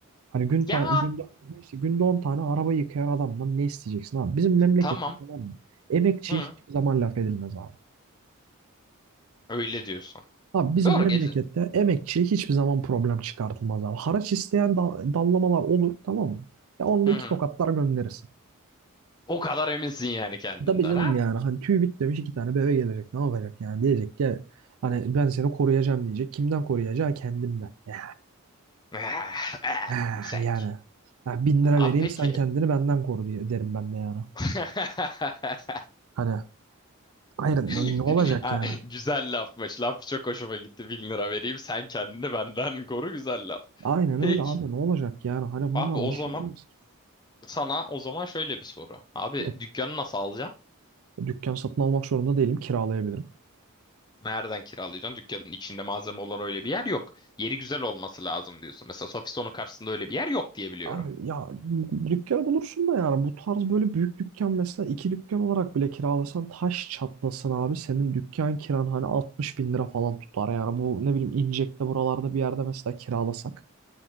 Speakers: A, on the right; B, on the left.
A: Hani gün ta-
B: Ya
A: günde işte günde 10 tane araba yıkayan adamdan ne isteyeceksin abi? Bizim memlekette
B: tamam.
A: tamam mı? Emekçiye
B: Hı.
A: hiçbir zaman laf edilmez abi.
B: Öyle diyorsun.
A: Abi bizim
B: Doğru
A: memlekette
B: gece.
A: emekçiye hiçbir zaman problem çıkartılmaz abi. Haraç isteyen dal- dallamalar olur tamam mı? Ya onda
B: Hı hı.
A: iki tokatlar gönderirsin.
B: O kadar eminsin yani kendinden
A: Tabii canım
B: ha?
A: yani hani tüy bit demiş iki tane bebe gelecek ne yapacak yani diyecek ki hani ben seni koruyacağım diyecek. Kimden koruyacağı kendimden. Eh,
B: <laughs> Eh, eh,
A: eh,
B: Sen.
A: Yani ya bin lira
B: Abi
A: vereyim
B: peki.
A: sen kendini benden koru diye derim ben de yani.
B: <laughs>
A: Hani hayır ne
B: <laughs>
A: ne olacak
B: Ha,
A: yani?
B: Güzel lafmış. Laf çok hoşuma gitti. Bin lira vereyim sen kendini benden koru güzel laf.
A: Aynen
B: Peki
A: öyle abi ne olacak yani hani bundan
B: abi o
A: bir
B: zaman
A: şey olmaz ki.
B: sana o zaman şöyle bir soru. Abi
A: Hı.
B: dükkanı nasıl alacaksın?
A: Dükkan satın almak zorunda değilim kiralayabilirim.
B: Nereden kiralayacaksın? Dükkanın içinde malzeme olan öyle bir yer yok. Yeri güzel olması lazım diyorsun. Mesela Sofiston'un karşısında öyle bir yer yok diye biliyorum.
A: Abi ya dükkanı bulursun da yani bu tarz böyle büyük dükkan mesela iki dükkan olarak bile kiralasan taş çatlasın abi senin dükkan kiran hani altmış bin lira falan tutar yani bu ne bileyim İncek'te buralarda bir yerde mesela kiralasak